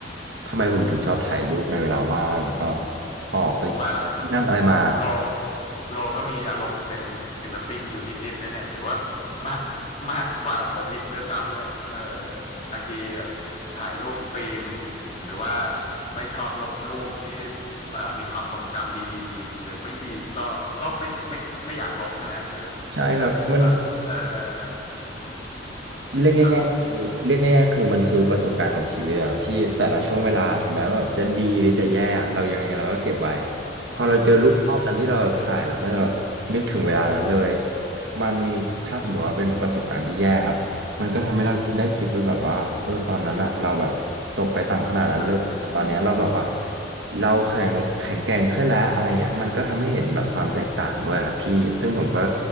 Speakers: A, on the right; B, on the left.
A: ทำไมผมถึงชอบถ่ายรูปในเวลาว่างแล้วก็ออกไปเจอที่นั่นอะไรมา
B: ผมว่า โลโลก็มีอารมณ์เป็นศิลปินอยู่นิดๆแน่ๆหรือว่ามากมากกว่าผมอีกด้วยซ้ำเนี่ยเออบางทีแบบถ่ายรูปฟิล์มหรือว่าไม่ชอบลบรูปที่เอ่อมีความทรงจำดีๆหรือไม่ดีก็ก็ไม่ไม่ไม่อยากลบใช่ไหมฮะหรือ
A: ใช่ครับมัน
B: แบบอ่ะเออ
A: เรียกง่ายๆคือเรียกง่ายๆคือมันคือประสบการณ์ของชีวิตอะครับพี่แต่ละช่วงเวลาถึงแม้ว่าจะดีหรือจะแย่เรายังไงเราก็เก็บไว้
B: ครับผม
A: พอเราเจอรูปภาพนั้นที่เราถ่ายเราก็จะแบบนึกถึงเวลานั้นเลย
B: อืม
A: มันถ้าสมมติว่าเป็นประสบการณ์ที่แย่ครับมันก็ทำให้เราคิดได้คิดไว้แบบว่าเออตอนนั้นอะเราแบบตกไปต่ำขนาดนั้นเลยแต่ตอนเนี้ยเราแบบว่า
B: ใช่
A: เราแข็งแข็งแกร่งขึ้นแล้วอะไรเงี้ยมันก็ทำให้เห็นแบบความแตกต่างด้วยครับพี่ซึ่งผมก็